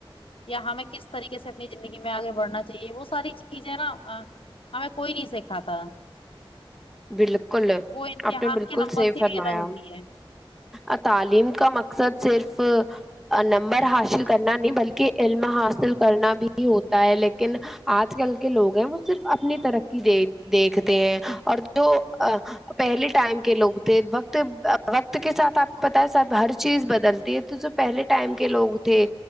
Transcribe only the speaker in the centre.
بالکل
اپ نے بالکل
صیف
فرمایا
ا تعلیم کا مقصد صرف نمبر حاصل کرنا نہیں بلکہ علم حاصل کرنا بھی ہوتا ہے لیکن آج کل کے لوگ ہیں وہ صرف اپنی ترقی د دیکھتے ہیں اور جو پہلے ٹائم کے لوگ تھے وقت وقت کے ساتھ آپ کو پتا ہے سب ہر چیز بدلتی ہے تو جب پہلے ٹائم کے لوگ تھے